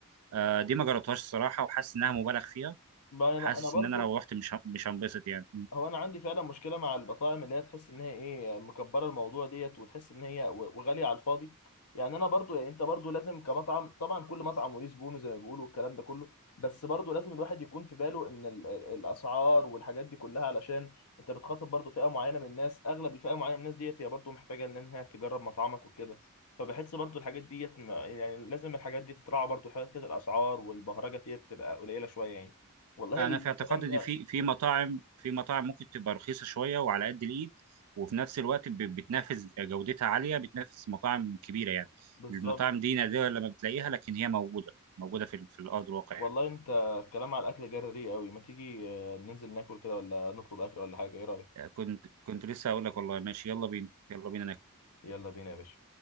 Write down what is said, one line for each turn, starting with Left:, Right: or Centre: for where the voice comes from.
Right: آه، دي ما جربتهاش الصراحة وحاسس إنها مبالغ فيها
Left: ما انا
Right: حاسس
Left: انا برضو
Right: إن أنا لو رحت مش ه- مش هنبسط يعني
Left: هو انا عندي فعلا مشكله مع البطاعم اللي هي تحس ان هي ايه مكبره الموضوع ديت وتحس ان هي و- وغاليه على الفاضي يعني انا برضو يعني انت برضو لازم كمطعم طبعا كل مطعم وليه زبونه زي ما بيقولوا الكلام ده كله بس برضو لازم الواحد يكون في باله ان ال- ال- الاسعار والحاجات دي كلها علشان انت بتخاطب برضو فئه معينه من الناس اغلب الفئه معينه من الناس ديت هي برضو محتاجه انها تجرب مطعمك وكده فبحس برضو الحاجات ديت ما- يعني لازم الحاجات دي تتراعى برضو حاجات كده الاسعار والبهرجه ديت تبقى قليله شويه يعني والله
Right: أنا
Left: الكلام
Right: في اعتقادي
Left: ده
Right: إن في في مطاعم في مطاعم ممكن تبقى رخيصة شوية وعلى قد الإيد وفي نفس الوقت ب- بتنافس جودتها عالية بتنافس مطاعم كبيرة يعني
Left: بالظبط
Right: المطاعم دي نادرة لما بتلاقيها لكن هي موجودة موجودة في ال- في الأرض الواقع
Left: والله
Right: يعني.
Left: انت الكلام على الاكل جري قوي ما تيجي آه، ننزل ناكل كده ولا نطلب اكل ولا حاجه ايه رايك
Right: كنت كنت لسه هقول لك والله ماشي يلا بينا يلا بينا ناكل.
Left: يلا بينا يا باشا